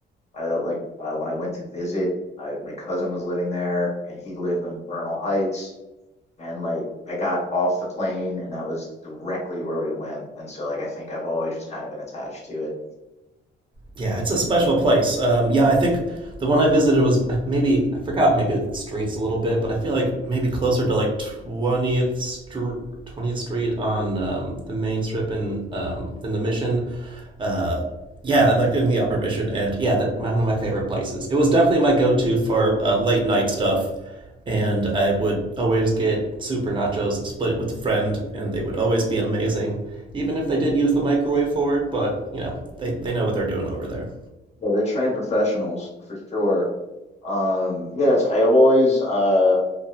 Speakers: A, on the left; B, on the right.
A: I uh, like uh, when I went to visit. I, my cousin was living there, and he lived on Vernal Heights. And like I got off the plane, and that was directly where we went. And so like I think I've always just kind of been attached to it.
B: Yeah, it's a special place. Um, yeah, I think the one I visited was maybe I forgot maybe the streets a little bit, but I feel like maybe closer to like twentieth Street, twentieth Street on um, the main strip in um, in the Mission. Uh, yeah, like in the Upper Mission, and yeah, that my, one of my favorite places. It was definitely my go-to for uh, late night stuff and I would always get super nachos and split it with a friend, and they would always be amazing, even if they did use the microwave for it. But you know, they they know what they're doing over there.
A: Yeah, they're trained professionals for sure. Um, yeah, that's, I've always uh,